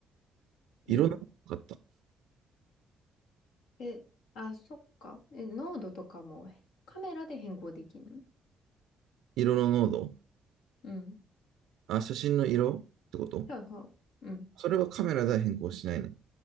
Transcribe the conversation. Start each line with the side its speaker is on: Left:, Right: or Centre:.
Left: 色
Right: 色のかった。
Left: え、あ、そっか。え、濃度とかもカメラで変更できるの
Right: 色の濃度
Left: うん。
Right: あ、写真の色ってこと
Left: はいはい。うん、
Right: それはカメラでは変更しないね。